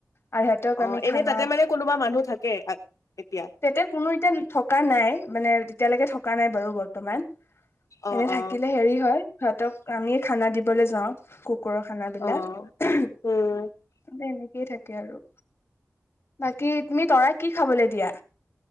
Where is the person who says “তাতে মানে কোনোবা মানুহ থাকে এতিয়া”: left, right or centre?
Left